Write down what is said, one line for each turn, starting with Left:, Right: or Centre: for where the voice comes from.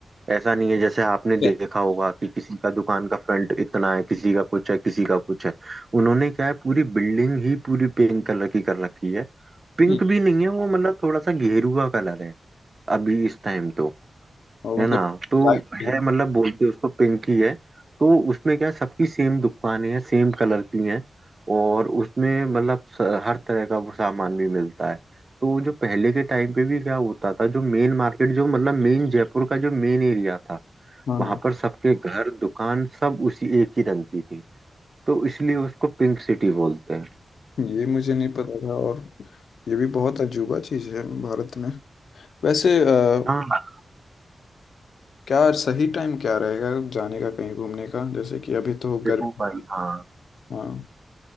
Right: ऐसा नहीं है जैसे आपने
Left: yes,
Right: देखा होगा कि किसी का दुकान का फ्रंट इतना है किसी का कुछ है किसी का कुछ है उन्होंने क्या है पूरी बिल्डिंग ही पूरी पिंक कलर की कर रखी है पिंक
Left: हम्म,
Right: भी नहीं है वो मतलब थोड़ा सा गेरुआ कलर है अभी इस टाइम तो
Left: और
Right: है
Left: मतलब
Right: ना तो
Left: लाइट पिंक
Right: है मतलब बोलते उसको पिंक ही है तो उसमें क्या है, सबकी सेम दुकानें हैं सेम कलर की हैं और उसमें मतलब स- हर तरह का वो सामान भी मिलता है तो जो पहले के टाइम पे भी क्या होता था जो मेन मार्केट जो मतलब मेन जयपुर का जो मेन एरिया था
Left: हाँ
Right: वहां
Left: हाँ
Right: पर सबके घर दुकान सब उसी एक ही रंग की थी तो इसलिए उसको पिंक सिटी बोलते हैं
Left: ये मुझे नहीं पता था और ये भी बहुत अजूबा चीज़ है भारत में वैसे अ,
Right: हाँ
Left: क्या सही टाइम क्या रहेगा जाने का कहीं घूमने का जैसे कि अभी तो
Right: देखो
Left: गर्मी
Right: भाई हाँ
Left: हाँ